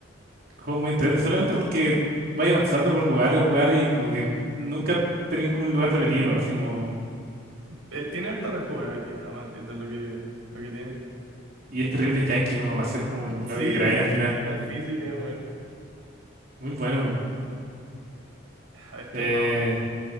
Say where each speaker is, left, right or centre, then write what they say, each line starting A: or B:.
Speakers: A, on the right; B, on the right.
A: Juego muy entrete solamente porque vaya avanzando por lugar en lugar y como que
B: Em,
A: n- nunca tenía como un lugar repetido, así como.
B: Eh, tiene harta rejugabilidad, weón. Sí, eso es lo que, lo que tiene.
A: Y es terrible Yankee como va a ser como
B: <laughs>
A: lo
B: Sí,
A: que queráis al final.
B: la física, weón.
A: Muy bueno.
B: A ver qué
A: Eh,
B: hay más abajo.